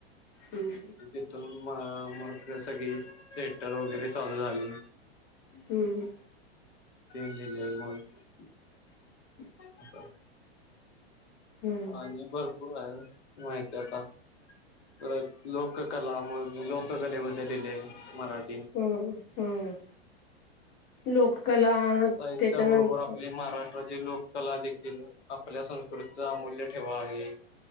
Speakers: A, on the left; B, on the left.
A: हम्म
B: तिथून म मग सगळी थिएटर वगैरे चालू झाले
A: हुं हुं
B: ते लिहिलंय मग
A: <unintelligible>
B: अ
A: हम्म
B: आणि भरपूर आहे माहिती आता परत लोककला म लोककलेबद्दल लिहिलंय मराठी
A: हम्म हम्म लोककला
B: साहित्या
A: त्याच्यानंतर
B: बरोबर आपली महारा ष्ट्राची लोककला देखील आपल्या संस्कृतीचार अमूल्य ठेवा आहे.